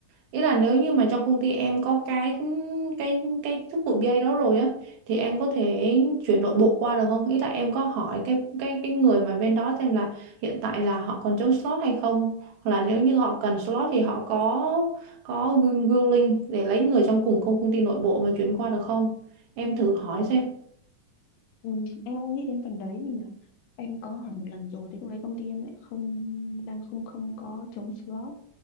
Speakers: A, on the right; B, on the left.
A: ý là nếu như mà trong công ty em có cái cái cái chức vụ BA đó rồi á thì em có thể chuyển nội bộ qua được không? Ý là em có hỏi cái cái cái người mà bên đó xem là hiện tại là họ còn trống slot hay không? Hoặc là nếu như họ cần slot thì họ có có will- willing để lấy người trong cùng công công ty nội bộ mà chuyển qua được không? Em thử hỏi xem.
B: Ừ, em cũng nghĩ đến phần đấy nhưng mà em có hỏi một lần rồi thì lúc đấy công ty em lại không đang không không có trống slot